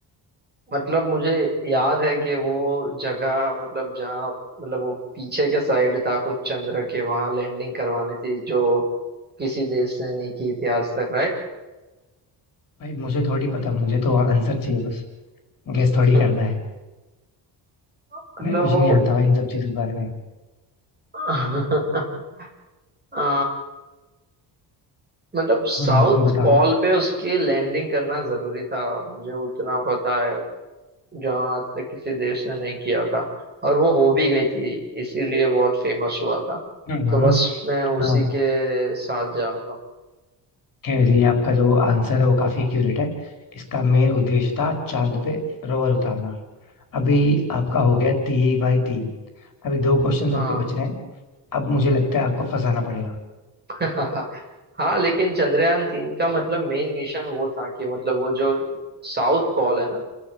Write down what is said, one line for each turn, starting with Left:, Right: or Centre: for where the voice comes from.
Right: मतलब मुझे याद है कि वो जगह मतलब जहाँ मतलब वो पीछे के साइड था कुछ चंद्र के वहां लैंडिंग करवानी थी जो किसी देश ने नहीं की थी आज तक राइट
Left: भाई मुझे थोड़ी पता मुझे तो आंसर चाहिए बस
Right: <laughs>
Left: गेस थोड़ी करना है
Right: मतलब
Left: मैं कुछ
Right: वो
Left: नहीं जानता भाई इन सब चीजों के बारे में
Right: <laughs> अ, मतलब साउथ
Left: हम्म बताओ
Right: पॉल पे उसकी लैंडिंग करना जरूरी था मुझे उतना पता है जहाँ आज तक किसी देश ने नहीं किया था और वो हो भी गई थी इसीलिए बहुत फेमस हुआ था
Left: हम्म
Right: तो बस मैं उसी
Left: हाँ
Right: के साथ जाऊंगा
Left: खैर ये आपका जो आंसर है वो काफी एक्यूरेट है इसका मेन उद्देश्य था चांद पे रोवर उतारना अभी आपका हो गया तीन बाई तीन अभी दो क्वेश्चंस
Right: हाँ
Left: आपके बच रहे हैं अब मुझे लगता है आपको फंसाना पड़ेगा
Right: <laughs> हाँ लेकिन चंद्रयान तीन का मतलब मेन मिशन वो था कि मतलब वो जो साउथ पोल है ना